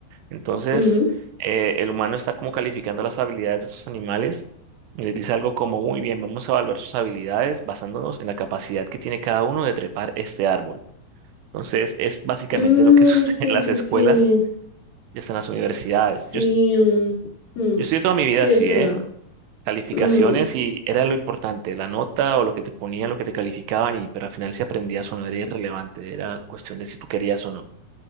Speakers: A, on the right (about 85°); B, on the left (about 40°).
A: Entonces,
B: Ujú.
A: eh, el humano está como calificando las habilidades de estos animales y les dice algo como, muy bien, vamos a evaluar sus habilidades basándonos en la capacidad que tiene cada uno de trepar este árbol. Entonces, es básicamente
B: Mm,
A: lo que <laughs> sucede
B: sí,
A: en las
B: sí,
A: escuelas
B: sí.
A: y hasta en las universidades.
B: Sí,
A: Yo, es-
B: mm, mm,
A: yo estudié toda mi
B: sí,
A: vida así,
B: es verdad.
A: ¿eh? Calificaciones
B: Mm,
A: y era lo importante, la nota o lo que te ponían, lo que te calificaban, y, pero al final si aprendías o no era irrelevante, era cuestión de si tú querías o no.